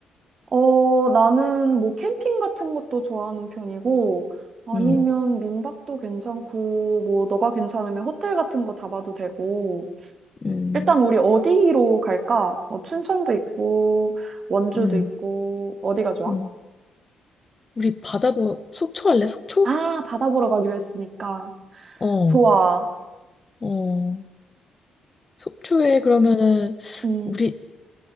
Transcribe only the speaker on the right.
어, 나는 뭐 캠핑 같은 것도 좋아하는 편이고, 아니면
민박도 괜찮고, 뭐 너가 괜찮으면 호텔 같은 거 잡아도 되고,
일단 우리 어디로 갈까? 뭐 춘천도 있고 원주도
있고 어디가 좋아?
아, 바다 보러 가기로 했으니까.
좋아.
음.